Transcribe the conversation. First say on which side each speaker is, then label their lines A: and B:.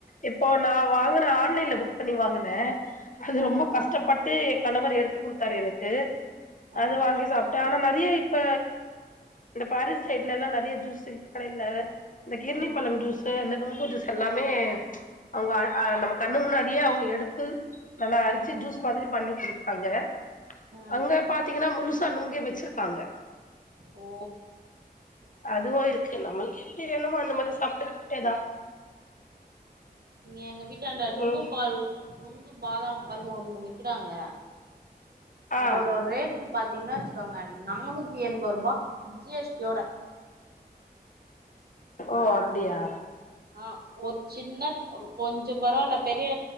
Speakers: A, on the left (about 50°); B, on the right (about 70°).
A: இப்போ நா வாங்குன ஆன்லைன்ல புக் பண்ணி வாங்கனே அது
B: ஆ
A: ரொம்ப கஷ்டப்பட்டு எ கணவர் எடுத்து கொடுத்தாரு எனக்கு
B: ஆ
A: அது வாங்கி சாப் ஆனா நறைய இப்ப இந்த பாரிஸ் சைட்லல்லா நறைய ஜூஸ் கடையில இந்த கிர்ணிபழம்
B: ம்
A: ஜூஸ்ஸு அந்த நுங்கு ஜூஸ் எல்லாமே அவுங்க அ நம்ம கண்ணு முன்னாடியே அவுங்க எடுத்து நல்லா அரச்சு
B: ம்
A: ஜூஸ் மாதிரி பண்ணி குடுப்பாங்க
B: ஆ
A: அங்க பாத்தீங்கன்னா முழுசா நுங்கே வச்சிருக்காங்க
B: ஓ
A: அதுவு இருக்கு நம்முளுக்கு எப்டி வேணுமோ அந்த மாதிரி சாப்பிட்டு எதா
B: இங்க எங்க வீட்டாண்ட நுங்கு
A: ம்
B: பால்ருக்கு. நுங்கு பாதாம் பால்னு ஒன்னு விக்கிறாங்க
A: ஆ
B: அதோட ரேட்டுன் பாத்திங்ன்னா வெச்சுக்கோங்க நானூத்தி எண்பருபா ஜி எஸ் டி யோட.
A: ஓ அப்புடியா?
B: ஆ ஒர் சின்ன ஒர் கொஞ்சோ பரவால்ல பெரிய